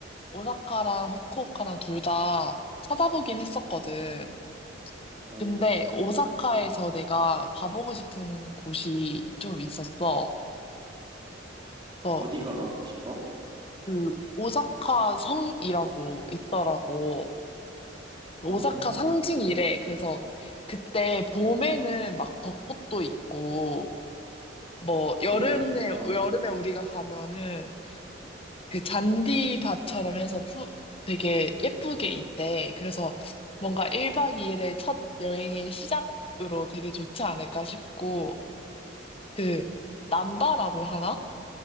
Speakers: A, on the left; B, on the right.
A: 오사카랑 후쿠오카랑 둘 다 찾아보긴 했었거든.
B: 오,
A: 근데
B: 그래.
A: 오사카에서 내가 가보고 싶은 곳이 좀 있었어. 그래서
B: 어디가 가보고 싶어?
A: 그 오사카 성이라고 있더라고. 오사카
B: 아, 어,
A: 상징이래. 그래서 그때 봄에는 막 벚꽃도 있고 뭐 여름에
B: 오, 이쁘겠다.
A: 여름에 우리가 가면은 그 잔디밭처럼 해서 푸, 되게 예쁘게 있대. 그래서 뭔가 1박 2일의 첫 여행의 시작으로 되게 좋지 않을까 싶고 그 남바라고 하나?